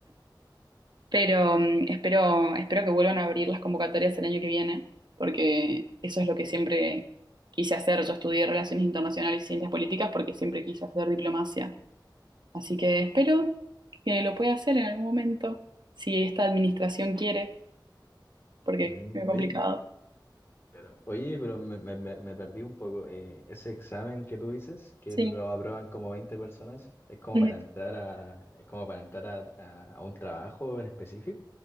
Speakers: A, on the right (about 65°); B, on the left (about 30°).
A: pero mm, espero, espero que vuelvan a abrir las convocatorias el año que viene, porque eso es lo que siempre quise hacer. Yo estudié Relaciones Internacionales y Ciencias Políticas porque siempre quise hacer diplomacia, así que espero que lo pueda hacer en algún momento, si esta administración quiere, porque
B: Mm,
A: es muy complicado.
B: Oye, Pero oye, pero me, me- me- me perdí un poco. Eh, ese examen que tú dices, que
A: Sí.
B: lo aprueban como 20 personas, ¿es como
A: Ujú.
B: para entrar a, es como para entrar a, a- a un trabajo en específico?